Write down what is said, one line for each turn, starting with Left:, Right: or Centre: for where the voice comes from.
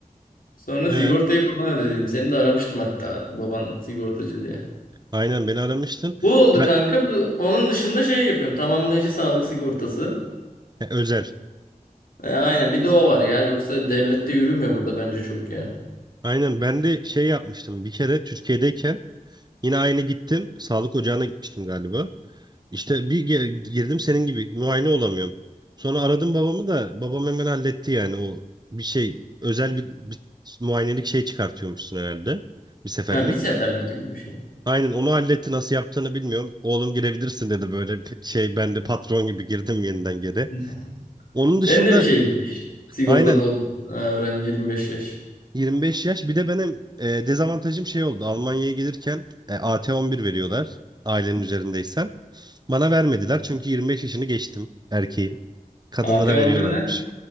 Left: Sonra
Right: Ee,
Left: sigortayı falan ödedim. Seni de aramıştım hatta baban sigortacı diye.
Right: aynen beni aramıştın.
Left: Bu oldu
Right: Ben
Left: kanka. Bu- Onun dışında şey yapıyorum. Tamamlayıcı sağlık sigortası.
Right: He, özel.
Left: E, aynen bir de o var ya. Yoksa devlette yürümüyor burada bence çok ya.
Right: Aynen ben de şey yapmıştım. Bir kere Türkiye'deyken yine aynı gittim. Sağlık ocağına gitmiştim galiba. İşte bir ge- girdim senin gibi muayene olamıyorum. Sonra aradım babamı da babam hemen halletti yani o bir şey özel bir, bir muayenelik şey çıkartıyormuşsun herhalde bir seferlik.
Left: Ha bir seferlik gibi bir şey.
Right: Aynen onu halletti nasıl yaptığını bilmiyorum. Oğlum girebilirsin dedi böyle bir şey ben de patron gibi girdim yeniden geri.
Left: <laughs>
Right: Onun
Left: Senin
Right: dışında
Left: de bir şey bitmiş. Sigorta
Right: aynen
Left: oldun. Ha, öğrenci 25 yaş.
Right: 25 yaş bir de benim e, dezavantajım şey oldu. Almanya'ya gelirken e, AT11 veriyorlar ailenin üzerindeysen. Bana vermediler çünkü 25 yaşını geçtim erkeğin. Kadınlara
Left: AT 11
Right: veriyorlarmış.
Left: ne?